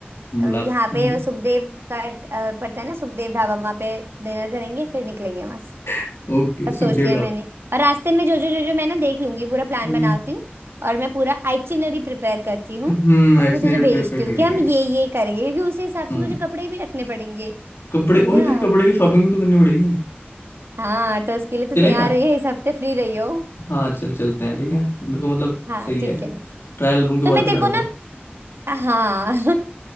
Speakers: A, on the right; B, on the left.
A: अ,
B: रात
A: यहाँ
B: है
A: पे
B: ना
A: वो सुखदेव का अ, पड़ता है ना सुखदेव ढाबा वहाँ पे डिनर करेंगे फिर निकलेंगे वहां सब
B: <laughs> ओके सुखदेव
A: सोच लिया
B: डाबर
A: मैंने और रास्ते में जो जो जो जो मैं ना देख लूंगी पूरा प्लान
B: हम्म
A: बनाती हूँ और मैं पूरा आइटिनरी प्रिपेयर करती हूँ
B: हम्म
A: और
B: एक्शनरी
A: फिर मैं तुझे भेजती
B: प्रिपेयर कर
A: हूँ कि
B: रहे
A: हम
B: हैं
A: ये ये करेंगे क्योंकि उसी हिसाब से
B: हम्म
A: मुझे कपड़े भी रखने पड़ेंगे
B: कपड़े
A: समझा
B: वही तेरी कपड़े की शॉपिंग भी तो करनी पड़ेगी
A: हाँ तो उसके लिए तो
B: चले
A: तैयार
B: क्या
A: रही है इस हफ्ते फ्री रही हो
B: हाँ चल चलते हैं ठीक है मेरे को मतलब
A: हाँ
B: सही
A: ठीक
B: है
A: है
B: ट्रायल रूम के बाहर
A: तो मैं
B: खड़ा
A: तेरे
B: रहूंगा
A: को ना हाँ <laughs>